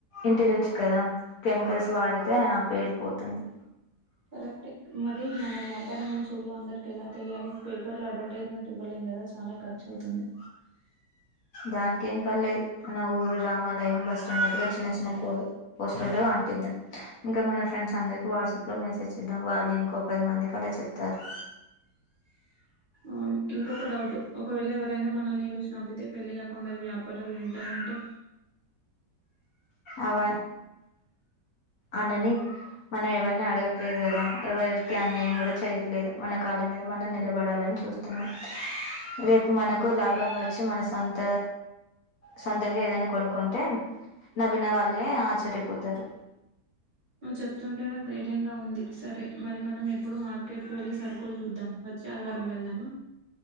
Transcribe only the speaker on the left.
ఇంటిరుచి కదా కెమికల్స్ వాడితే ఆ పేరు పోతుంది
దాని కెన్ పర్లేదు మన ఊరు రామాలయం బస్ స్టాండ్ దగ్గర చిన్న చిన్న పో పోస్టర్లు అంటిద్దాం ఇంకా మన ఫ్రెండ్స్ అందరికి వాట్సాప్ లో మెసేజ్ చేద్దాం వాళ్ళు ఇంకో పది మందికలా చెప్తారు
అవ అనని మనం ఎవరిని అడగట్లేదు కదా ఎవరికి అన్యాయం కూడా చేయట్లేదు మన కాళ్ళ మీద మనం నిలబడాలని చూస్తున్నాం రేపు మనకు లాభంగా వచ్చి మన సొంత సొంతంగా ఏదైనా కొనుకుంటే నవ్వన వాళ్ళే ఆశ్చర్యపోతారు